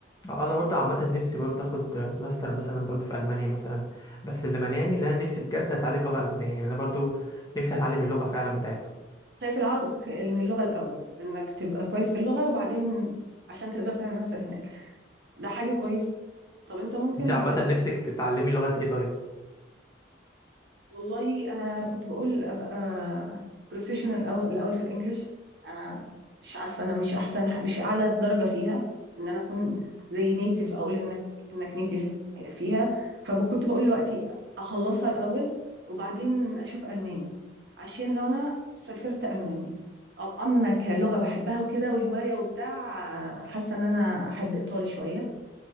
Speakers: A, on the left; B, on the right.
A: انا برضه عامه نفسي برضه اخد ماستر مثلا برضه في المانيا مثلا بس اللي مانعني ان انا نفسي بجد اتعلم لغه المانيه يعني انا برضه نفسي اتعلم اللغه فعلا بتاعتهم
B: شايف العائق إن اللغة الأول إنك تبقى كويس في اللغة وبعدين عشان تقدر تعمل ماستر هناك ده حاجة كويسة طب أنت ممكن
A: انت عامة
B: تقدر
A: نفسك تتعلمي لغة ايه طيب؟
B: والله انا كنت بقول ابقى بروفيشنال الاول الأول في الانجليش انا مش عارفه انا مش احسن ح- مش اعلى درجه فيها ان انا اكون زي نيتيف اقول انك انك نيتيف فيها فكنت بقول دلوقتي اخلصها الاول وبعدين اشوف الماني عشان لو انا سافرت المانيا أ- اما كلغه بحبها وكده وهوايه وبتاع حاسه ان انا احب ايطالي شويه